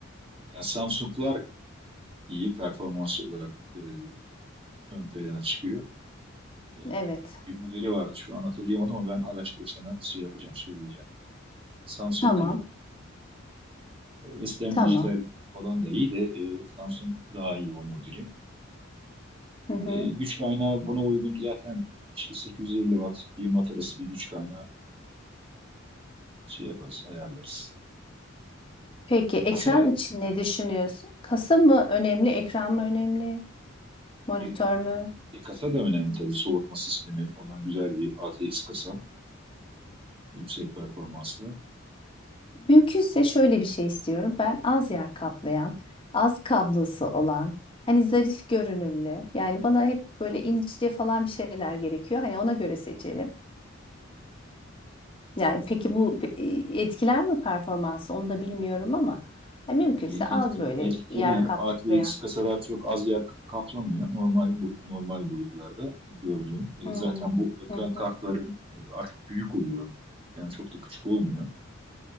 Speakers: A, on the right; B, on the left.
A: Ya Samsung'lar iyi performans olarak e, ön plana çıkıyor. E,
B: Evet.
A: bir modeli vardı şu an hatırlayamadım ama ben araştırıp sana şey yapacağım, söyleyeceğim. Samsung
B: Tamam.
A: iyi. E, Western
B: Tamam.
A: Digital falan da iyi de e, Samsung daha iyi o modeli.
B: Hı hı.
A: E, güç kaynağı buna uygun zaten işte 850 watt 1000 watt arası bir güç kaynağı şey yaparız ayarlarız.
B: Peki ekran
A: Kasa
B: için ne düşünüyorsun? Kasa mı önemli, ekran mı önemli, monitör
A: e,
B: mü?
A: e, kasa da önemli tabii soğutma sistemi olan güzel bir ATX kasa yüksek performanslı.
B: Mümkünse şöyle bir şey istiyorum. Ben az yer kaplayan, az kablosu olan, hani zarif görünümlü. Yani bana hep böyle ince falan bir şeyler gerekiyor. Hani ona göre seçelim. Yani peki bu pe- e, etkiler mi performansı onu da bilmiyorum ama yani mümkünse
A: E-
B: az
A: Etki,
B: böyle
A: etkiler
B: yer kaplayan.
A: ATX kasalar çok az yer kaplamıyor normal bu- normal boyutlarda gördüğüm. E,
B: Hmm,
A: zaten bu ekran
B: Hı
A: kartları
B: hı.
A: e, artık büyük oluyor. Yani çok da küçük olmuyor.